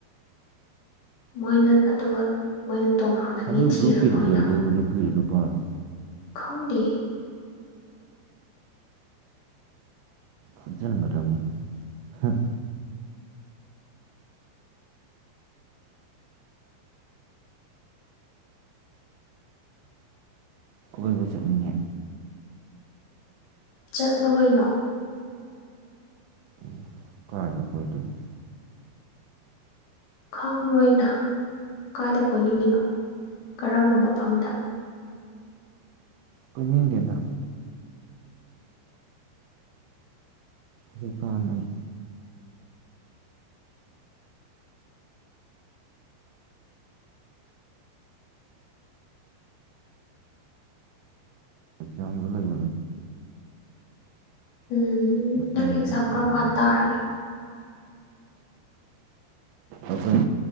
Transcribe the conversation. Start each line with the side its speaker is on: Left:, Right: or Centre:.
Left: ꯃꯣꯏꯅ ꯑꯗꯨꯒ ꯃꯣꯏꯅ ꯇꯣꯉꯥꯟꯅ ꯃꯤ
Right: ꯑꯗꯨ
Left: ꯊꯤꯔꯒ
Right: ꯒ꯭ꯔꯨꯞꯀꯤ ꯂꯤꯗꯔꯗꯨꯕꯨ
Left: ꯑꯣꯏꯅ
Right: ꯅꯨꯄꯤꯔꯣ ꯅꯨꯄꯥꯔꯣ
Left: ꯈꯪꯗꯦ
Right: ꯐꯨꯖꯟꯒꯗꯝꯅꯤ ꯍꯨꯝ ꯀꯣꯏꯕ ꯆꯠꯅꯤꯡꯉꯦ
Left: ꯆꯠꯂꯨ ꯀꯩꯅꯣ
Right: ꯎꯝ ꯀꯥꯏꯗ ꯀꯣꯏꯗꯣꯏꯅꯣ
Left: ꯈꯪꯕ꯭ꯔꯣ ꯑꯩꯅꯥ ꯀꯥꯏꯗ ꯀꯣꯏꯅꯤꯡꯉꯤꯅꯣ ꯀꯔꯝꯕ ꯃꯐꯝꯗ
Right: ꯀꯣꯏꯅꯤꯡꯗꯦꯗ ꯀꯩꯀꯥꯟꯅꯕ ꯌꯥꯝꯅ ꯂꯩ
Left: ꯎꯝ
Right: ꯃꯇꯝꯒ
Left: ꯅꯪ ꯑꯦꯛꯖꯥꯝ ꯀꯔꯝ
Right: ꯅꯪ
Left: ꯀꯥꯟ ꯇꯥꯔꯒꯦ
Right: ꯑꯗꯨꯝ